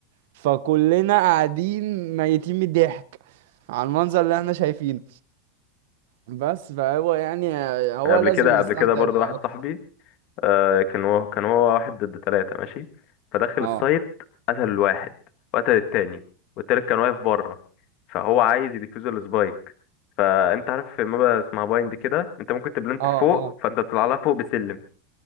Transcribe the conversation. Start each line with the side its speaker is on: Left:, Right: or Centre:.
Right: فكلنا قاعدين ميتين من الضحك على المنظر اللي احنا شايفينه بس فهو يعني هو
Left: يعني قبل
Right: لازم
Left: كده
Right: نستمتع
Left: قبل كده برضه
Right: بيه
Left: واحد
Right: اكتر
Left: صاحبي آه كان هو كان هو واحد ضد ثلاثة ماشي فدخل
Right: اه
Left: السايت قتل الواحد وقتل التاني والتالت كان واقف بره فهو عايز يديفيوز السبايك فانت عارف في مابا اسمها بايند كده انت ممكن تبلنت
Right: اه
Left: فوق
Right: اه
Left: فانت بتطلع لها فوق بسلم